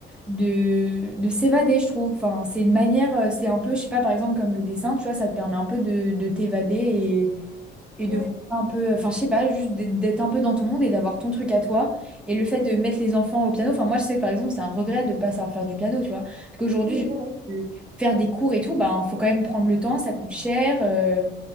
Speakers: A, in the centre; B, on the right.
A: de, de s'évader, je trouve. Enfin, c'est une manière, euh, c'est un peu, je sais pas, par exemple, comme le dessin, tu vois, ça te permet un peu de, de t'évader et, et
B: Ouais,
A: de voir un peu, euh, enfin, je sais pas, juste d'être d'être un peu dans ton monde et d'avoir ton truc à toi. Et le fait de mettre les enfants au piano, enfin, moi, je sais que par exemple, c'est un regret de pas savoir faire du piano, tu vois. Parce qu'aujourd'hui,
B: Ah, mais pareil.
A: je- euh, faire des cours et tout, ben, faut quand même prendre le temps, ça coûte cher. euh,